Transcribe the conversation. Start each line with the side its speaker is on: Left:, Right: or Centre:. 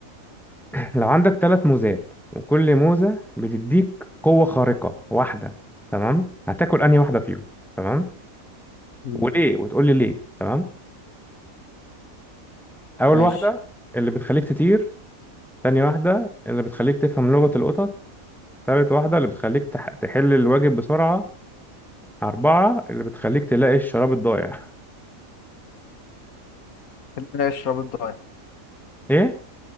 Centre: لو عندك ثلاث موزات وكل موزة بتديك قوة خارقة واحدة تمام هتاكل أنهي واحدة فيهم تمام
Left: مم.
Centre: وليه وتقول لي ليه تمام أول
Left: ماشي
Centre: واحدة اللي بتخليك تطير تاني واحدة اللي بتخليك تفهم لغة القطط تالت واحدة اللي بتخليك تح... تحل الواجب بسرعة أربعة اللي بتخليك تلاقي الشراب الضايع
Left: خلينا نلاقي الشراب الضايع
Centre: <laughs> إيه؟